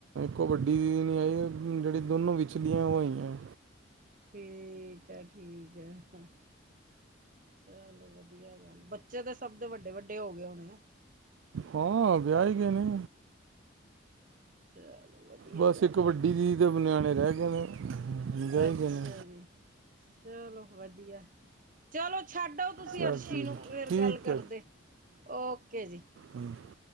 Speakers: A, on the right; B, on the right.
A: ਕਬੱਡੀ ਨਹੀਂ ਆਈ ਜਿੜ ਦੋਨੋਂ ਵਿਚਿਚਲੀਆਂ ਉਹ ਆਈਆਂ।
B: ਠੀਕ ਆ-ਠੀਕ ਆ। ਚਲੋ ਵਧੀਆ ਗੱਲ ਹੈ ਬੱਚੇ ਤਾਂ ਸਭ ਦੇ ਵੱਡੇ-ਵੱਡੇ ਹੋ ਗਏ ਹੋਣੇ ਆ।
A: ਹਾਂ ਵਿਆਹ ਹੀ ਗਏ ਨੇ।
B: ਚਲੋ ਵਧੀਆ
A: ਬਸ
B: ਗੱਲ
A: ਇੱਕ ਵੱਡੀ
B: ਹੈ।
A: ਦੀ ਦੇ ਨਿਆਣੇ ਰਹਿ ਗਏ ਨੇ। ਵਿਆਹ
B: ਅੱਛਾ
A: ਹੀ ਗਏ ਨੇ
B: ਜੀ, ਚਲੋ ਵਧੀਆ। ਚਲੋ ਛੱਡਓ ਤੁਸੀਂ
A: ਚਲ
B: ਅਰਸ਼ੀ
A: ਠੀਕ
B: ਨੂੰ, ਫਿਰ
A: ਠੀਕ
B: ਗੱਲ ਕਰਦੇ ਓਕੇ ਜੀ।
A: ਹਮ